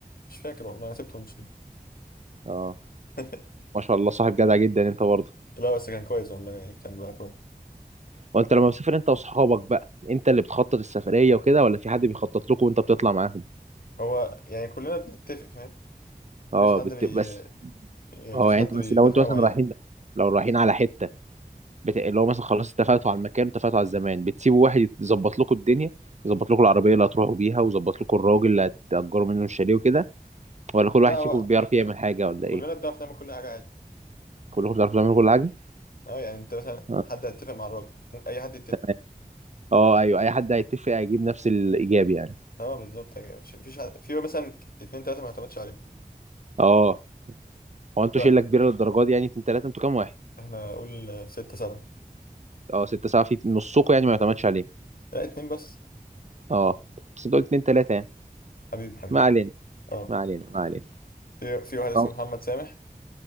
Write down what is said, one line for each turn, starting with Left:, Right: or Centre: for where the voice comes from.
Left: مش فاكر والله انا سبته ومشيت
Right: اه
Left: <laughs>
Right: ما شاء الله صاحب جدع جدا انت برضه
Left: لا بس كان كويس والله كان بقى كويس
Right: وانت لما بتسافر انت واصحابك بقى انت اللي بتخطط السفريه وكده ولا في حد بيخطط لكم وانت بتطلع معاهم
Left: هو يعني كلنا بنتفق فاهم
Right: اه
Left: مفيش حد
Right: بت...
Left: بي
Right: بس
Left: يعني
Right: اه
Left: مفيش
Right: يعني
Left: حد
Right: انت بس
Left: بيقول
Right: لو انتوا
Left: حاجة
Right: مثلا
Left: معينة
Right: رايحين لو رايحين على حته بت... اللي هو مثلا خلاص اتفقتوا على المكان اتفقتوا على الزمان بتسيبوا واحد يظبط لكم الدنيا يظبط لكم العربيه اللي هتروحوا بيها ويظبط لكم الراجل اللي هتأجروا منه الشاليه وكده ولا كل
Left: لا
Right: واحد
Left: هو
Right: فيكم بيعرف يعمل حاجه ولا
Left: كلنا
Right: ايه
Left: بنعرف نعمل كل حاجة عادي
Right: كلكم بتعرفوا تعملوا كل حاجه
Left: اه يعني انت مثلا
Right: اه
Left: حد هيتفق مع الراجل ممكن اي حد يتفق
Right: تمام. آه، ايوه اي حد هيتفق هيجيب نفس الايجاب يعني
Left: اه بالظبط يعني مش مفيش حد في مثلا اتنين تلاتة ما يعتمدش عليه
Right: اه هو انتوا
Left: في واحد.
Right: شله كبيره للدرجه دي يعني اتنين تلاته انتوا كام واحد
Left: احنا قول ستة سبعة
Right: اه ستة سبعة في نصكم يعني ما يعتمدش عليه
Left: لا اتنين بس
Right: اه بس انتوا قلت اتنين تلاته يعني
Left: حبيبي حبيبي
Right: ما علينا
Left: اه
Right: ما علينا ما علينا
Left: في في واحد اسمه
Right: آه.
Left: محمد سامح